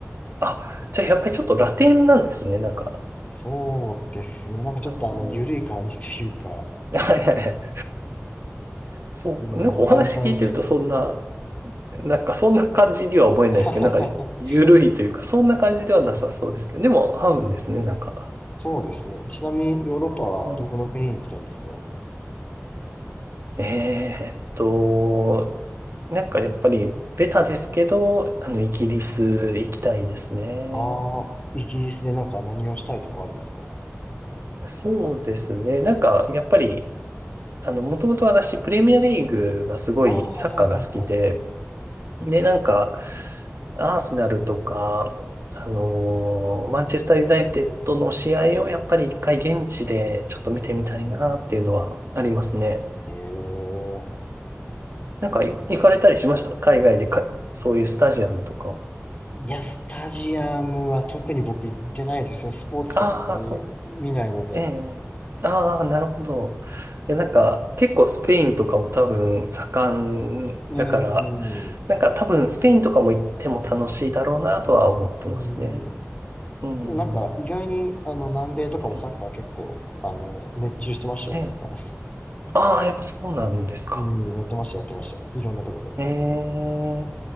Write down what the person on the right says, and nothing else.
あ、じゃあやっぱりちょっとラテンなんですね、なんか。
あー
<laughs> はいはいはい。そう、
なんかお話聞いてるとそんな、
なんかそんな感じには思えないですけど、
なんか緩いというか、そんな感じではなさそうですけど、でも合うんですね、なんか。
うん、えーっと、なんかやっぱりベタですけど、あの、イギリス行きたいですね。
そうですね、なんかやっぱり、あの、もともと私、プレミアリーグがすごいサッカーが好きで、
で、なんか、アーセナルとか、あのーマンチェスターユナイテッドの試合をやっぱり一回現地でちょっと見てみたいなっていうのはありますね。
なんかい、行かれたりしました海外でか、そういうスタジアムとかを。
ああ、そう。ええああ、なるほど。え、なんか、結構スペインとかも多分盛んだから、
なんか多分スペインとかも行っても楽しいだろうなとは思ってますね。
うん。
ええ
ああ、やっぱそうなんですか。
ええ、